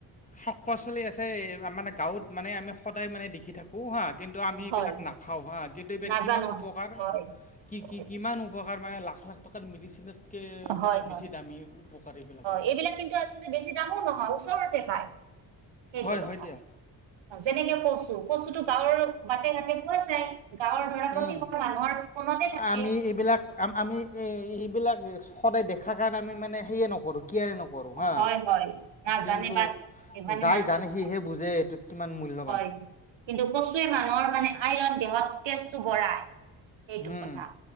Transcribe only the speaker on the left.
শাক পাচলি আছে আমাৰ গাঁৱত মানে আমি সদায় মানে দেখি থাকো। হো হা কিন্তু আমি এইবিলাক
নাখাওঁ হা কিন্তু এইবিলাক
কিমান উপকাৰ
কি
কি কিমান উপকাৰ মানে লাখ লাখ টকাৰ মেডিচিনতকৈ মানে
বেছি
দামী। উপকাৰ সেইবিলাকৰ
হয়
হয় দিয়া
উম
আমি এইবিলাক আমি এইবিলাক সদায় দেখাৰ কাৰণে আমি মানে সেয়ে নকৰোঁ কিয়াৰে নকৰোঁ হা
কিন্তু
যাই
জানে সিহে বুজে কিমান মূল্য
হম